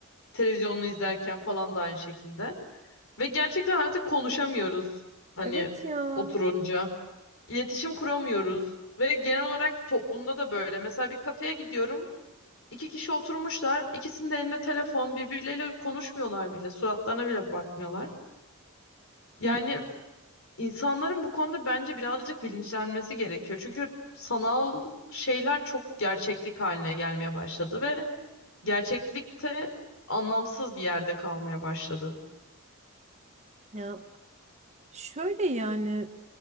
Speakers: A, on the left; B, on the right.
A: televizyonunu izlerken falan da aynı şekilde. Ve gerçekten artık konuşamıyoruz hani
B: Evet ya.
A: oturunca. İletişim kuramıyoruz. Ve genel olarak toplumda da böyle. Mesela bir kafeye gidiyorum. İki kişi oturmuşlar. İkisinin de elinde telefon. Birbirleriyle konuşmuyorlar bile. Suratlarına bile bakmıyorlar. Yani
B: Hı.
A: insanların bu konuda bence birazcık bilinçlenmesi gerekiyor. Çünkü sanal şeyler çok gerçeklik haline gelmeye başladı ve gerçeklikte anlamsız bir yerde kalmaya başladı.
B: Ya şöyle yani